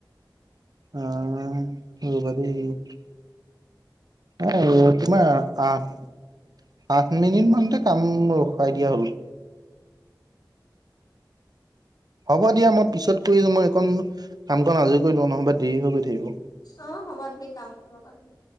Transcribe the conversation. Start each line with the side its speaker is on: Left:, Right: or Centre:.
Right: আহ! ৰবা দেই। অহ তোমাৰ আঠ-আঠ মিনিট মানতেই কাম ৰখাই দিয়া হ'ল। হ'ব দিয়া মই পিছত কৰি আছোঁ। মই এইকণ কাম কন আজৰি কৰি লওঁ নহ'বা দেৰি হৈ গৈ থাকিব।
Left: অঁ! হ'ব তুমি কাম কৰা বাৰু।